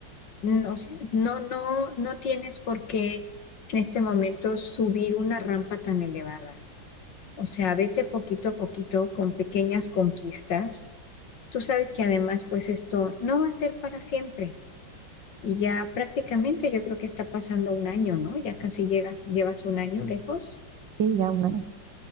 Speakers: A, on the left; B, on the right.
A: No, sé, no, no, no tienes por qué en este momento subir una rampa tan elevada. O sea, vete poquito a poquito con pequeñas conquistas. Tú sabes que además, pues esto no va a ser para siempre. Y ya prácticamente yo creo que está pasando un año, ¿no? Ya casi llegas, llevas un año lejos.
B: sí, ya un año.